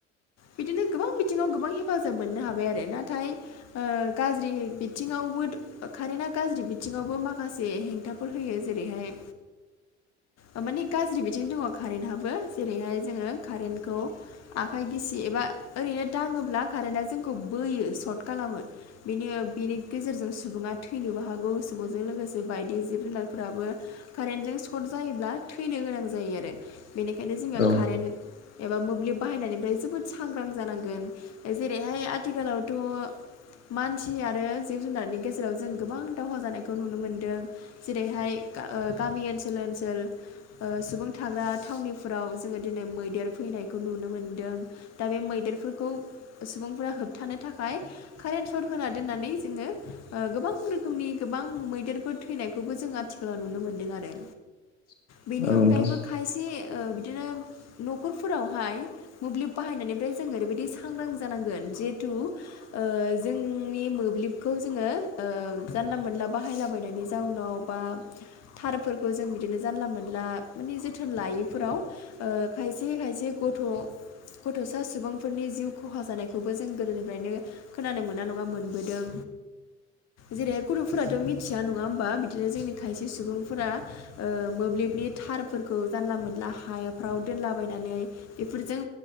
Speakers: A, on the left; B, on the left.
A: बिदिनो गोबां बिथिङाव गोबां हेफाजाब मोननो हाबाय आरो। नाथाय ओ गाज्रि बिथिङावबो कारेन्टा गाज्रि बिथिङावबो माखासे हेंथाफोर होयो जेरैहाय ओ माने गाज्रि बिथिं दङ कारेन्टाबो। जेरैहाय जोङो कारेन्टखौ आखाइ गिसि एबा ओरैनो दाङोब्ला कारेन्टआ जोंखौ बोयो सर्ट खालामो। बेनि बेनि गेजेरजों सुबुङा थैनोबो हागौ सुबुंजों लोगोसे बायदि जिब जुनारफोराबो कारेन्टजों सर्ट जायोब्ला थैनो गोनां जायो आरो। बेनिखायनो जोङो
B: औ
A: कारेन्ट एबा मोब्लिब बाहायनायनिफ्राय जोबोद सांग्रां जानांगोन जेरैहाय आथिखालावथ' मानसि आरो जिब जुनारनि गेजेराव जों गोबां दावहा जानायखौ नुनो मोनदों। जेरैहाय गा ओ गामि ओनसोल ओनसोल ओ सुबुं थाग्रा थावनिफोराव जोङो दिनै मैदेर फैनायखौ नुनो मोनदों। दा बे मैदेरफोरखौ सुबुंफोरा होबथानो थाखाय कारेन्ट सर्ट होना दोन्नानै जोङो ओ गोबां रोखोमनि गोबां मैदेरफोर थैनायखौबो जों आथि फोराव नुनो मोन्दों आरो।
B: <unintelligible>
A: बेनि
B: औ नोंथां
A: अनगायैबो खायसे ओ बिदिनो न'खरफोरावहाय मोब्लिब बाहायनायनिफ्राय जों ओरैबायदि सांग्रां जानांगोन जिहेथु ओ जोंनि मोब्लिबखौ जोङो ओ जानला मानला बाहायलाबायनायनि जाउनाव बा थारफोरखौ जों बिदिनो जानला मानला माने जोथोन लायैफोराव ओ खायसे खायसे गथ' गथ'सा सुबुं फोरनि जिउ खहा जानायखौबो जों गोदोनिफ्रायनो खोनानो मोना नङा मोनबोदों। जेरैहाय गुथ'फोराथ' मिथिया नङा होमबा बिदिनो जोंनि खायसे सुबुंफोरा ओ मोब्लिबनि थारफोरखौ जानला मोनला हाफ्राव दोनलाबायनानै बेफोरजों